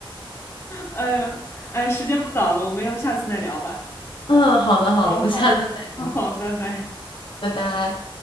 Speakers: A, on the left; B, on the left.
A: 哎呀，哎，时间不早了，我们要不下次再聊吧？
B: 嗯嗯，好的好的，
A: 好好
B: 我们下次再聊，
A: <laughs> 好，拜拜。
B: 拜拜。